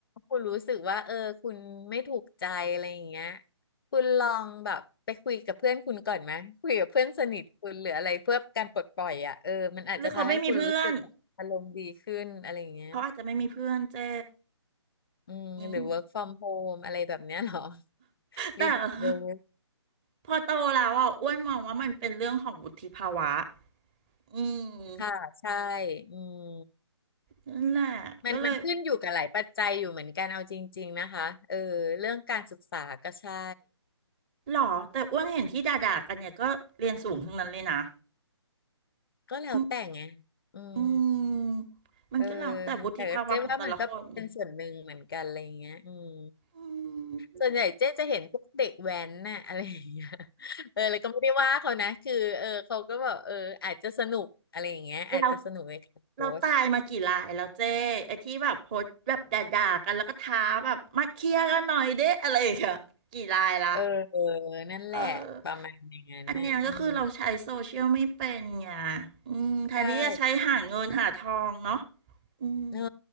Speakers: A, on the left; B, on the right.
A: คุณรู้สึกว่าเออคุณไม่ถูกใจอะไรอย่างเงี้ยคุณลองแบบไปคุยกับเพื่อนคุณก่อนไหมคุยกับเพื่อนสนิทคุณหรืออะไรเพื่อการปลดปล่อยอ่ะเออมันอาจจะทำให้คุณรู้สึกแบบอารมณ์ดีขึ้นอะไรอย่างเงี้ย
B: หรือเขาไม่มีเพื่อน เขาอาจจะไม่มีเพื่อนเจ้
A: อืมหรือ
B: อืม
A: work from home อะไรแบบเนี้ยเหรอ
B: แต่
A: รีโมทเวิร์
B: <laughs> พอโตแล้วอ่ะอ้วนมองว่ามันเป็นเรื่องของวุฒิภาวะอืม
A: <laughs> ค่ะใช่อืม
B: นั่นแหละก็เลย
A: มันมันขึ้นอยู่กับหลายปัจจัยอยู่เหมือนกันเอาจริงๆนะคะเออเรื่องการศึกษาก็ใช่
B: หรอแต่อ้วนเห็นที่ด่าๆกันเนี่ยก็เรียนสูงทั้งนั้นเลยนะ
A: ก็แล้วแต่ไง
B: อืม
A: อืม
B: อืมมันก็แล้วแต่วุฒิภาวะของแต่ละคน
A: เออแต่เจ๊ว่ามันก็เป็นส่วนหนึ่งเหมือนกันอะไรอย่างเงี้ยอืม
B: อืม
A: ส่วนใหญ่เจ๊จะเห็นพวกเด็กแว้นน่ะ <laughs> อะไรอย่างเงี้ยเออเลยก็ไม่ได้ว่าเขานะคือเออเขาก็แบบเอออาจจะสนุกอะไรอย่างเงี้ยอาจจะสนุกในการโพสต์
B: เราเราตายมากี่รายแล้วเจ้ไอ้ที่แบบโพสต์แบบด่าๆกันแล้วก็ท้าแบบมาเคลียร์กันหน่อยเด้อะไรอย่างเงี้ยกี่รายละ
A: เออเออนั่นแหละประมาณอย่างนั้นน่ะอืม
B: เอออันเนี้ยก็คือเราใช้โซเชียลไม่เป็นไงอืมแทนที่จะใช้หาเงินหาทองเนาะ
A: ใช่
B: อืม
A: เนอะ